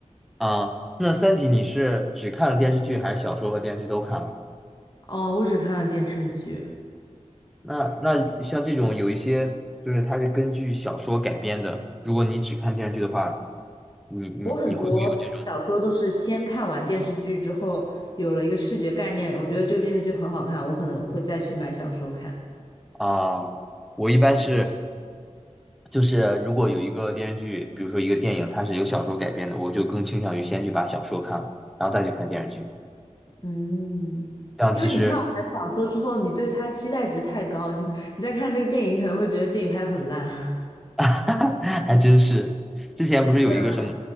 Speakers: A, in the centre; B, on the left (about 35°).
A: 啊，那《三体》你是只看了电视剧，还是小说和电视剧都看了？
B: 哦，我只看了电视剧。
A: 那那像这种有一些就是它是根据小说改编的，如果你只看电视剧的话，你你你会不会有这种
B: 我很多小说都是先看完电视剧之后，有了一个视觉概念，我觉得这个电视剧很好看，我可能会再去买小说看。
A: 啊？我一般是就是如果有一个电视剧，比如说一个电影，它是由小说改编的，我就更倾向于先去把小说看了，然后再去看电视剧。
B: 嗯，
A: 这样其实
B: 因为你看完小说之后，你对它期待值太高，你会你再看这个电影，你可能会觉得电影拍的很烂。<laughs>
A: <laughs> 还真是。之前不是有一个什么
B: 对啊，